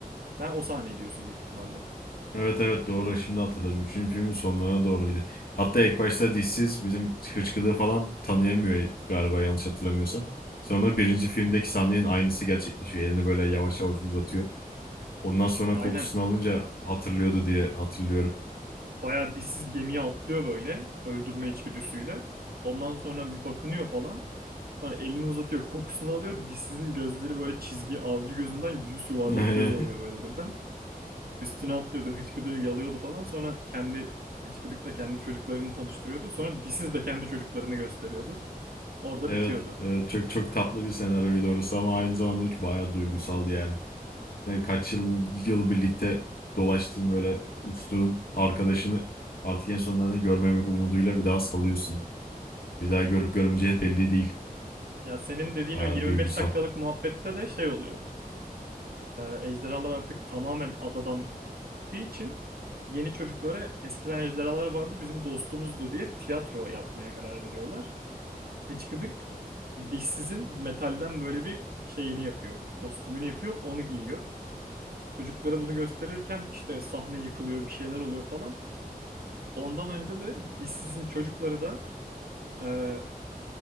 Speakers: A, on the right (about 80°); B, on the left (about 75°).
A: Sen o sahneyi diyorsun büyük ihtimalle.
B: Evet evet doğru şimdi hatırladım. Üçüncü filmin sonlarına doğruydu. Hatta ilk başta dişsiz bizim hıçkıdığı falan tanıyamıyor galiba yanlış hatırlamıyorsam. Sonra birinci filmdeki sahnenin aynısı gerçekleşiyor. Elini böyle yavaş yavaş uzatıyor. Ondan sonra
A: Aynen.
B: kokusunu alınca hatırlıyordu diye hatırlıyorum.
A: Bayağı dişsiz gemiye atlıyor böyle öldürme içgüdüsüyle. Ondan sonra bir bakınıyor falan. Sonra elini uzatıyor kokusunu alıyor. Dişsizin gözleri böyle çizgi avcı gözünden yüz yuvarlak
B: <laughs>
A: göz oluyor böyle birden. Üstüne atlıyordu, hıçkıdığı yalıyordu falan. Sonra kendi hıçkıdıkla kendi çocuklarını tanıştırıyordu. Sonra dişsiz de kendi çocuklarını gösteriyordu. Orada
B: Evet,
A: bitiyordu.
B: evet çok çok tatlı bir senaryoydu orası ama aynı zamanda bayağı duygusaldı yani. e, kaç yıl, yıl birlikte dolaştığın böyle uçtuğun arkadaşını artık en sonunda ne görmemek umuduyla bir daha salıyorsun. Bir daha görüp görmeyeceğin belli değil.
A: Ya senin dediğin
B: Bayağı
A: o 25
B: duygusal.
A: dakikalık muhabbette de şey oluyor. Ee, ejderhalar artık tamamen adadan gittiği için yeni çocuklara eskiden ejderhalar vardı bizim dostumuzdu diye tiyatro yapmaya karar veriyorlar. Hıçkıdık dişsizin metalden böyle bir şeyini yapıyor. Kostümünü yapıyor, onu giyiyor. Çocuklara bunu gösterirken işte sahne yıkılıyor, bir şeyler oluyor falan. Ondan önce de dişsizin çocukları da e,